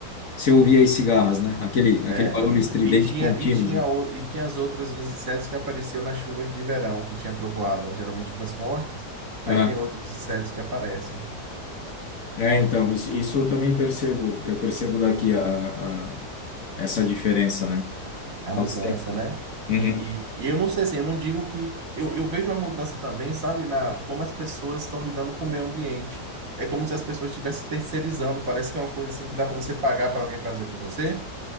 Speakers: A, on the left; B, on the right.
A: você ouvia as cigarras, né? Aquele, aquele
B: É,
A: barulho estridente
B: e tinha,
A: contínuo,
B: e tinha,
A: assim.
B: o- e tinha as outras, os insetos que apareciam nas chuvas de verão, que tinha trovoada, geralmente chuvas fortes,
A: Ah,
B: aí tem outros insetos que aparecem.
A: é, então, isso, isso eu também percebo. Eu percebo daqui a, a- essa diferença, né?
B: A
A: Faz
B: mudança,
A: tempo.
B: né?
A: né? Uhum.
B: E, e- e eu não sei assim, eu não digo que. Eu, eu vejo a mudança também, sabe, na como as pessoas estão lidando com o meio ambiente. É como se as pessoas estivessem terceirizando, parece que é uma coisa assim que dá para você pagar para alguém fazer por você.